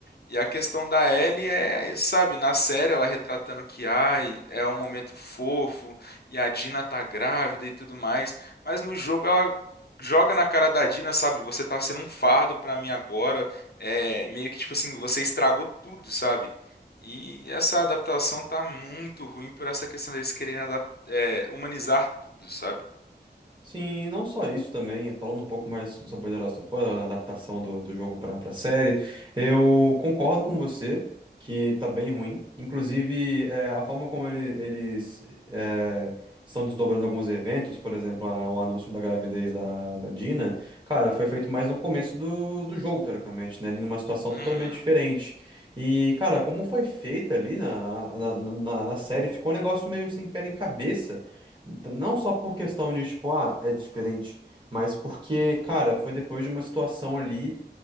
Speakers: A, on the left; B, on the right.
A: E a questão da Ellie é, sabe, na série ela retratando que, ai, é um momento fofo e a Dina tá grávida e tudo mais, mas no jogo ela joga na cara da Dina, sabe? Você tá sendo um fardo pra mim agora, é meio que tipo assim, você estragou tudo, sabe? E essa adaptação tá muito ruim por essa questão deles quererem adap- é, humanizar tudo, sabe?
B: Sim, e não só isso também, falando um pouco mais sobre The Last of Us, a adaptação do, do jogo para a série, eu concordo com você que tá bem ruim. Inclusive, é, a forma como ele- eles é, estão desdobrando alguns eventos, por exemplo, é, o anúncio da gravidez da, da Dina, cara, foi feito mais no começo do, do jogo, teoricamente, né? Ali numa situação
A: Uhum,
B: totalmente diferente. E, cara, como foi feita ali na, na, na na série, ficou um negócio meio sem pé nem cabeça. Então, não só por questão de, tipo, ah, é diferente, mas porque, cara, foi depois de uma situação ali